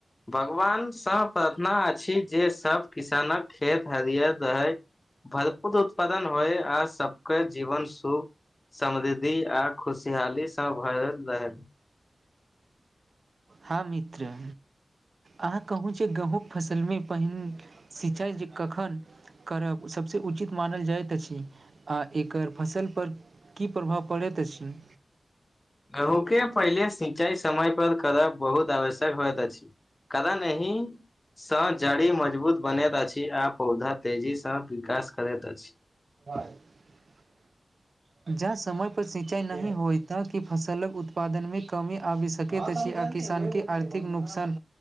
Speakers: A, on the left; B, on the right.
A: भगवानसँ प्रार्थना अछि जे सब किसानक खेत हरियर रहय भरपूत उत्पादन होय आ सबके जीवन सुख समृद्धि आ खुशहालीसँ भरल रहनि
B: हँ मित्र अहाँ कहू जे गहूँक फसलमे पहिन सिंचाइ जे कखन करब सभसँ उचित मानल जाइत अछि आ एकर फसलपर की प्रभाव पड़ैत अछि
A: गेहूँ के पहिले सिंचाई समय पर करब बहुत आवश्यक होइत अछि कारण आहि सँ जड़ी मजबूत बनैत अछि आ पौधा तेजीसँ विकास करैत अछि
B: <unintelligible> जहाँ समय पर सिंचाई नहि होइ ता कि फसलक उत्पादन मे कमी आबि सक सक त छी आ किसानके आर्थिक नुकसान